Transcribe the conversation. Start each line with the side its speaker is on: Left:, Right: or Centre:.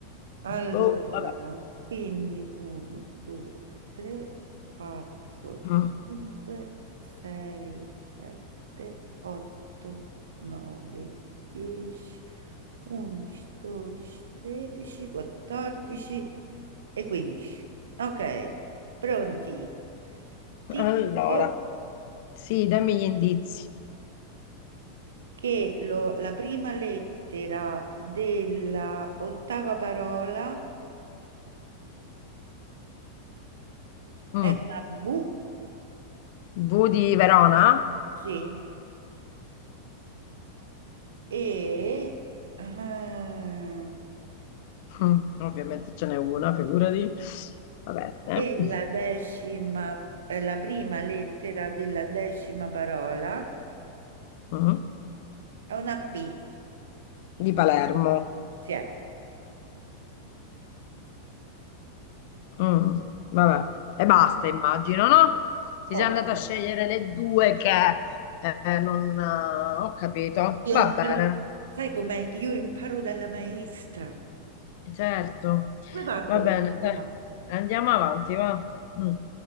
Right: Allora,
Left: boh, vabbè.
Right: quindi 1, 2, 3, 4,
Left: Mm,
Right: 5, 6, 7, 8, 9, 10, 11, 12, 13, 14 e 15. Ok, pronti? Ti
Left: Allora,
Right: dico,
Left: sì, dammi gli indizi.
Right: che lo- la prima lettera della ottava parola
Left: Mm,
Right: è una V,
Left: V di Verona?
Right: sì, e, ah,
Left: Mm, ovviamente ce n'è una, figurati. Va bene.
Right: e la decima, eh, la prima lettera della decima parola
Left: Mm,
Right: è una P,
Left: Di Palermo.
Right: sì, è
Left: Mm, vabbè, e basta, immagino, no? Ti
Right: ovvio.
Left: sei andata a scegliere le due che eh, non eh, ho capito. Va
Right: Io imparo,
Left: bene,
Right: sai com'è? Io imparo dalla maestra.
Left: certo,
Right: Come hai fatto
Left: va bene,
Right: questa settimana?
Left: dai. Andiamo avanti, va. Mm.